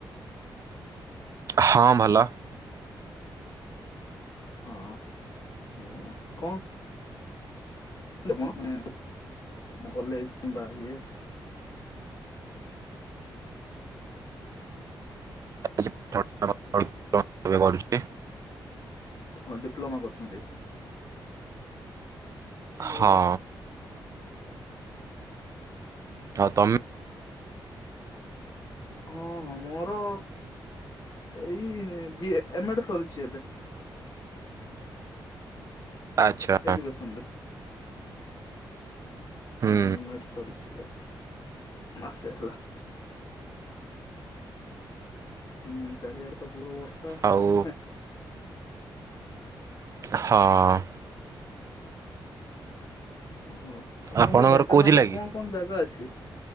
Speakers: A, on the right; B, on the left.
A: ହଁ ଭଲ।
B: ହଁ କଣ? <unintelligible> ମାନେ କଲେଜ କିମ୍ବା ଇଏ।
A: ଚା କରୁଛି।
B: ହଁ ଡିପ୍ଲୋମା କରୁଛନ୍ତି।
A: ହଁ
B: ଭଲ।
A: ଆଉ ତମେ?
B: ହଁ ହଁ ମୋର ଏଇ ଏମ ଏଡ ସରିଛି ଏବେ।
A: ଆଚ୍ଛା।
B: ଏଜୁକେସନ ରେ।
A: ହୁଁ
B: ହଲମେଟ ସରିଛି ଯ ମାସେ ହେଲା। ହୁଁ ଚାରଆଡ଼ ତ ବହୁତ ବର୍ଷା।
A: ଆଉ ହଁ
B: ଓହୋ ଆପଣଙ୍କ
A: ଆପଣଙ୍କର
B: ଢେଙ୍କାନାଳରେ
A: କୋଉ ଜିଲ୍ଲା କି
B: କଣ କଣ ଜାଗା ଅଛି